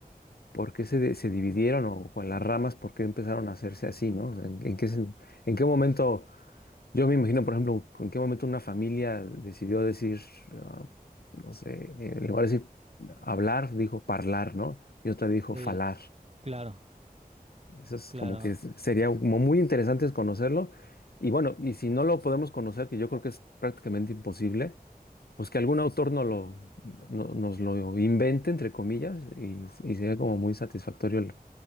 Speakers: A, on the left; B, on the right.
A: por qué se, de- se dividieron o, o en las ramas, por qué empezaron a hacerse así, ¿no? O sea, en, en qué, sen- en qué momento, yo me imagino, por ejemplo, en qué momento una familia decidió decir, ah, no sé, eh, en lugar de decir hablar, dijo parlar, ¿no? Y otra dijo
B: Sí,
A: falar.
B: claro,
A: Eso es
B: claro.
A: como que es- sería como muy interesante es conocerlo. Y bueno, y si no lo podemos conocer, que yo creo que es prácticamente imposible, pues que algún autor no lo, no- nos lo invente, entre comillas, y, y sería como muy satisfactorio el-